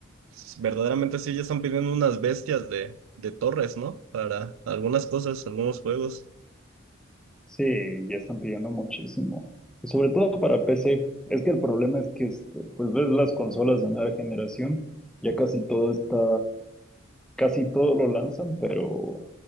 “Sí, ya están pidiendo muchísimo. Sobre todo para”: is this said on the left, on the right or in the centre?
Centre